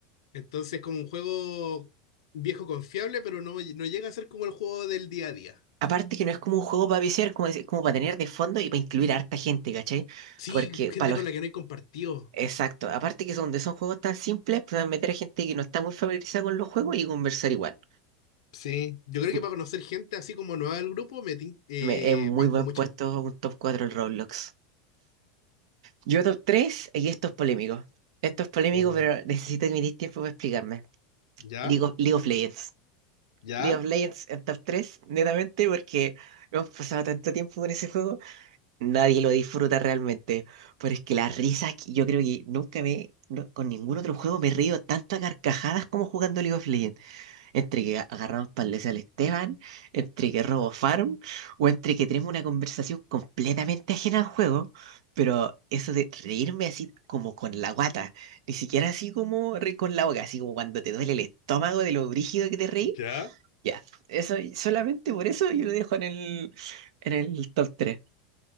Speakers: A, on the left (about 70°); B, on the right (about 65°).
A: Entonces, es como un juego viejo confiable, pero no, no llega a ser como el juego del día a día.
B: Aparte que no es como un juego para viciar, como, decir- como para tener de fondo y para incluir a harta gente, ¿cachai?
A: Sí,
B: Porque
A: gente
B: para
A: con
B: los...
A: la que no he compartido.
B: Exacto, aparte que son, donde son juegos tan simples, pueden meter a gente que no está muy familiarizada con los juegos y conversar igual.
A: Sí, yo creo que
B: Mm,
A: para conocer gente así como nueva del grupo, me tin- eh,
B: Me- es muy
A: banco
B: buen
A: mucho.
B: puesto un top 4 el Roblox. Yo top 3, y esto es polémico. Esto es polémico,
A: Oh,
B: pero necesito que me deis tiempo para explicarme.
A: ¿ya?
B: League of, League of Legends.
A: ¿Ya?
B: League of Legends en top 3, netamente porque hemos pasado tanto tiempo con ese juego, nadie lo disfruta realmente. Pero es que la risa, que- yo creo que nunca me, no- con ningún otro juego me río tanto a carcajadas como jugando League of Legends. Entre que agarramos palés al Esteban, entre que robo farm, o entre que tenemos una conversación completamente ajena al juego. Pero eso de reírme así como con la guata, ni siquiera así como reír con la boca, así como cuando te duele el estómago de lo brígido que te reí
A: ¿Ya?
B: ya, eso, solamente por eso yo lo dejo en el, en el top tres